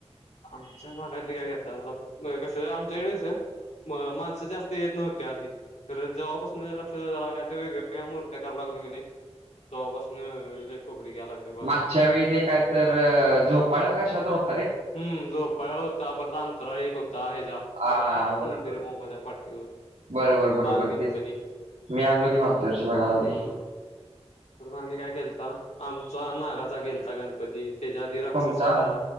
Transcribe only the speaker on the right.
मागच्या वेळी ते काय तर झोपळ्यावरती की कश्यावरती होत
आ
बरोबर.
बरोबर बरोबर
तेच तेच. मी आणलो की मागच्या वर्षी बाळगणपती
तुमचा?